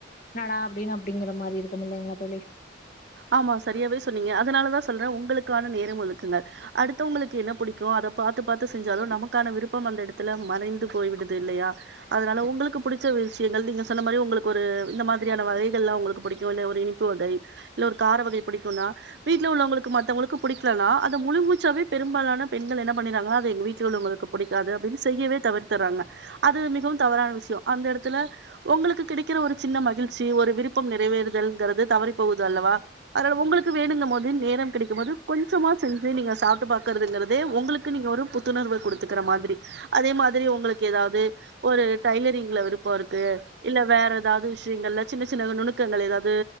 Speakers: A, on the left; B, on the right.
A: என்னடா அப்டின்னு அப்டிங்கிற மாரி இருக்கும் இல்லைங்களா தோழி
B: ஆமா சரியாவே சொன்னீங்க அதனாலதா சொல்றே உங்களுக்கான நேரம் ஒதுக்குங்கள் அடுத்தவங்களுக்கு என்ன புடிக்கு அத பாத்து பாத்து செஞ்சாலு நமக்கான விருப்பம் அந்த இடத்துல மறைந்து போய் விடுது இல்லையா அதனால உங்களுக்கு பிடிச்ச விசயங்கள் நீங்க சொன்ன மாரி உங்களுக்கு ஒரு இந்த மாதிரியான வகைகள் எல்லாம் உங்களுக்கு பிடிக்கும் இல்ல ஒரு இனிப்பு வகை இல்ல ஒரு கார வகை பிடிக்கும்னா வீட்ல உள்ளவங்களுக்கு மத்தவங்களுக்கு பிடிக்கலனா அத முழு மூச்சாவே பெரும்பாலான பெண்கள் என்ன பண்ணிறாங்கன்னா அது எங்க வீட்ல உள்ளவங்களுக்கு பிடிக்காது அப்டின்னு செய்யவே தவிர்த்தறாங்க அது மிகவும் தவறான விசயம் அந்த இடத்துல உங்களுக்கு கிடைக்கிற ஒரு சின்ன மகிழ்ச்சி ஒரு விருப்பம் நிறைவேறுதல்ங்கறது தவறி போகுது து அல்லவா அதுல உங்களுக்கு வேணுங்க ம்போது நேரம் கிடைக்கும் போது கொஞ்சமா செஞ்சு நீங்க சாப்ட்டு பாக்குறதுங்கறதே உங்களுக்கு நீங்க ஒரு புத்துணர்வு கொடுத்துக்குற மாதிரி அதே மாதிரி உங்களுக்கு ஏதாவது ஒரு டைலரிங்ல விருப்போ இருக்கு இல்ல வேற ஏதாவது விசயங்கள்ல சின்ன சின்ன நுணுக்கங்கள் ஏதாவது